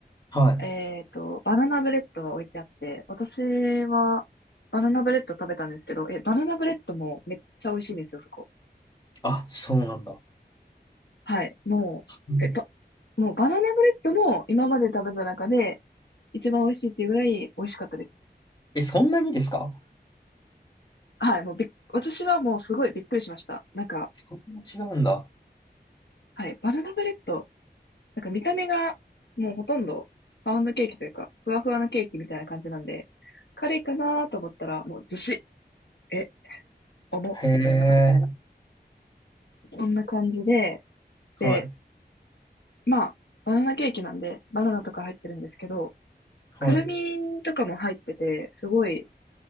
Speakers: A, on the left; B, on the left.
A: はい。
B: えっと、バナナブレッドが置いてあって、私はバナナブレッド食べたんですけど、え、バナナブレッドもめっちゃ美味しいんですよ、そこ。
A: あ、そうなんだ。
B: はい。もう、
A: うん
B: え、ば、もうバナナブレッドも今まで食べた中で一番美味しいっていうぐらい美味しかったです。
A: え、そんなにですか
B: はい。もうびっ、私はもうすごいびっくりしました。なんか、
A: そんな違うんだ。
B: はい。バナナブレッド、なんか見た目がもうほとんどパウンドケーキというか、ふわふわのケーキみたいな感じなんで、軽いかなと思ったらもうずし、え、重っ、
A: へえ。
B: みたいな、あそんな感じで、
A: はい。
B: で、まあ、バナナケーキなんで、バナナとか入ってるんですけど、
A: はい。
B: くるみとかも入ってて、すごい